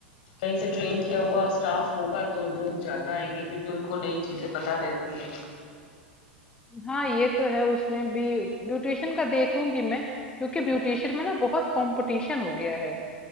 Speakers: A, on the left; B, on the left.
A: कहीं से ट्रेन किया हुआ स्टाफ होगा तो लोग ज्यादा आएंगे क्योंकि उनको नई चीजें पता रहती हैं
B: हाँ ये तो है उसमें भी ब्यूटिशियन का देखूंगी मैं क्योंकि ब्यूटिशियन में ना बहुत कंपटीशन हो गया है